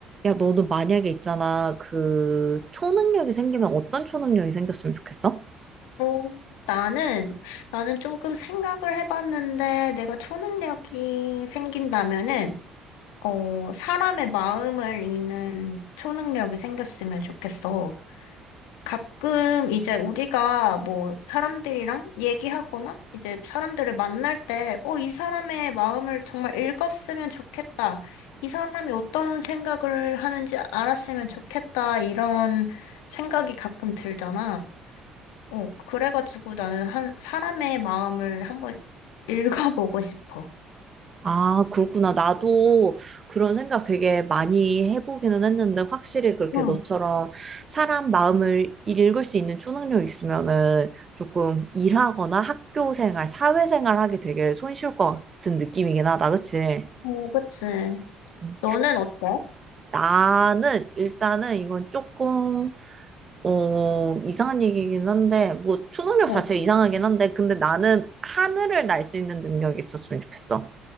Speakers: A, on the right (about 35°); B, on the left (about 80°).
A: 야, 너는 만약에 있잖아. 그, 초능력이 생기면 어떤 초능력이 생겼으면 좋겠어?
B: 어, 나는, 나는 조금 생각을 해봤는데, 내가 초능력이 생긴다면은, 어, 사람의 마음을 읽는 초능력이 생겼으면 좋겠어. 가끔 이제 우리가 뭐 사람들이랑 얘기하거나, 이제 사람들을 만날 때, 어, 이 사람의 마음을 정말 읽었으면 좋겠다. 이 사람이 어떤 생각을 하는지 알았으면 좋겠다. 이런 생각이 가끔 들잖아. 어, 그래가지고 나는 한, 사람의 마음을 한번 읽어보고 싶어.
A: 아, 그렇구나. 나도 그런 생각 되게 많이 해보기는 했는데, 확실히 그렇게
B: 응,
A: 너처럼 사람 마음을 읽을 수 있는 초능력이 있으면은 조금 일하거나 학교 생활, 사회 생활 하기 되게 손쉬울 것 같은 느낌이긴 하다. 그치?
B: 어, 그치.
A: 음.
B: 너는 어때?
A: 나는 일단은 이건 조금 어, 이상한 얘기긴 한데, 뭐, 초능력
B: 어.
A: 자체가 이상하긴 한데, 근데 나는 하늘을 날 수 있는 능력이 있었으면 좋겠어.